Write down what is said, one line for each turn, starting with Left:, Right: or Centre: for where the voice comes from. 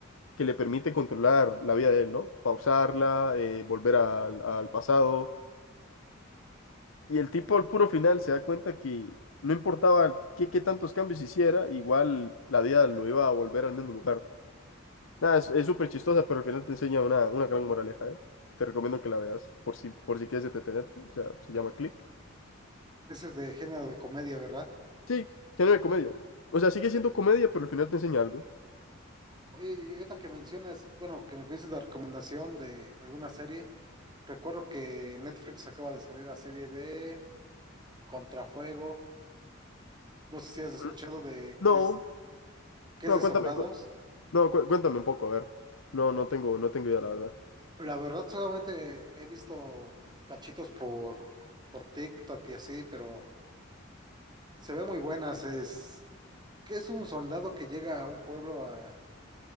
Left: que le permite controlar la vida de él, ¿no? Pausarla, eh, volver al, al pasado. Y el tipo al puro final se da cuenta que no importaba qué, qué tantos cambios hiciera, igual la vida lo iba a volver al mismo lugar. Nada, es, es súper chistosa, pero al final te enseña una, una gran moraleja, ¿eh? Te recomiendo que la veas, por si, por si quieres entretenerte. O sea, se llama Click.
Right: Ese es de género de comedia, ¿verdad?
Left: Sí, género de comedia. O sea, sigue siendo comedia, pero al final te enseña algo.
Right: Oye, y ahorita que mencionas, bueno, que me pides la recomendación de alguna serie, recuerdo que en Netflix acaba de salir la serie de Contrafuego, no sé si has escuchado
Left: ¿Mm?
Right: de
Left: No,
Right: que es, que
Left: no,
Right: es de
Left: cuéntame,
Right: soldados.
Left: cu- no, cu- cuéntame un poco, a ver. No, no tengo, no tengo idea, la verdad.
Right: La verdad solamente he visto cachitos por, por TikTok y así, pero se ve muy buenas, es que es un soldado que llega a un pueblo a